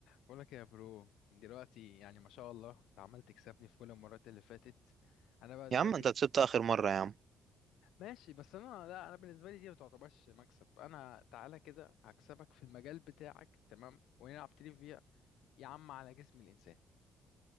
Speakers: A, on the left (about 85°); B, on the right (about 50°).
A: بقولك يا برو دلوقتي يعني ما شاء الله انت عمال تكسبني في كل المرات اللي فاتت انا بقى دلوقتي
B: يا عم انت كسبت اخر مرة يا عم
A: ماشي بس انا لا انا بالنسبه لي دي ما تعتبرش مكسب انا تعالى كده هكسبك في المجال بتاعك تمام ونلعب تريفيا يا عم على جسم الانسان